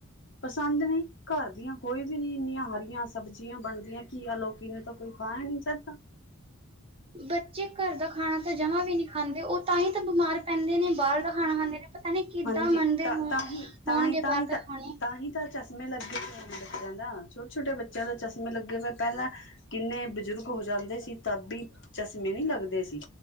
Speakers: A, on the left; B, on the right.
A: ਪਸੰਦ ਨੀ ਘਰ ਦੀਆਂ ਕੋਈ ਵੀ ਨੀ ਇੰਨੀਆਂ ਹਰੀਆਂ ਸਬਜ਼ੀਆਂ ਬਣਦੀਆਂ ਕੀਆ ਲੋਕੀ ਨੂੰ ਤਾਂ ਕੋਈ ਖਾਨਾ ਨੀ ਚਾਹੀਦਾ
B: ਬੱਚੇ ਘਰ ਦਾ ਖਾਣਾ ਤਾਂ ਜਮਾ ਵੀ ਨੀ ਖਾਂਦੇ ਉਹ ਤਾਂ ਈ ਤਾਂ ਬਿਮਾਰ ਪੈਂਦੇ ਨੇ ਬਾਰ ਦਾ ਖਾਣਾ ਖਾਂਦੇ ਨੇ, ਪਤਾ ਨੀ ਕਿੱਦਾਂ
A: ਹਾਂਜੀ
B: ਮੰਨਦੇ
A: ਤਾਂ
B: ਹੋ
A: ਤਾਹੀ-ਤਾਂਹੀ-ਤਾਂਹੀ
B: ਹੋਣਗੇ ਬਾਹਰ
A: ਤਾਂ
B: ਦਾ ਖਾਣੇ
A: ਤਾਂ ਹੀ ਤਾਂ ਚਸ਼ਮੇ ਲੱਗੇ ਹੋਏ ਨੇ ਬੱਚਿਆਂ ਦਾ ਛੋਟੇ-ਛੋਟੇ ਬੱਚਿਆਂ ਦੇ ਚਸ਼ਮੇ ਲੱਗੇ ਪਏ। ਪਹਿਲਾਂ ਕਿੰਨੇ ਬਜ਼ੁਰਗ ਹੋ ਜਾਂਦੇ ਸੀ ਤਾਬੀ ਚਸ਼ਮੇ ਨਹੀਂ ਲੱਗਦੇ ਸੀ।